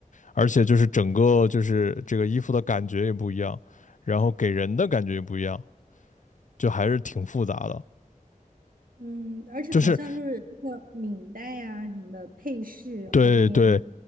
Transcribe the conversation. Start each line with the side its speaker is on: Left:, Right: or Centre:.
Left: 而且就是整个就是这个衣服的感觉也不一样，然后给人的感觉也不一样，就还是挺复杂的。
Right: 嗯，而且好像就是那个领带呀、
Left: 就是
Right: 什么的配饰，
Left: 对对
Right: 好像也很